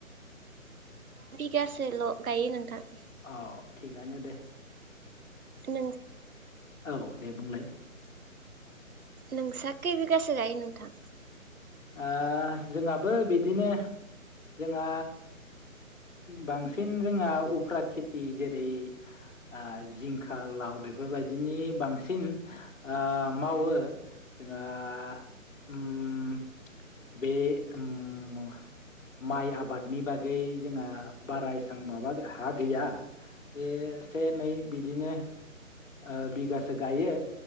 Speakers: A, on the right; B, on the left.
A: गासेल' गायो नोंथां।
B: औ थिगानो दे।
A: नों
B: ओ औ दे बुंलाय।
A: नोंसा खै बिगासो गायो नोंथां?
B: ओह जोंहाबो बिदिनो जोंहा बांसिन जोंहा उफ्रा खेथि जेरै ओ जिंखा, लाव बेफोरबायदिनि बांसिन ओह मावो जोंहा ओम बे ओम माइ आबादनि बागै जोंहा बारा एसां माबा हा गैया बेसे नै बिदिनो ओ बिगासो गायो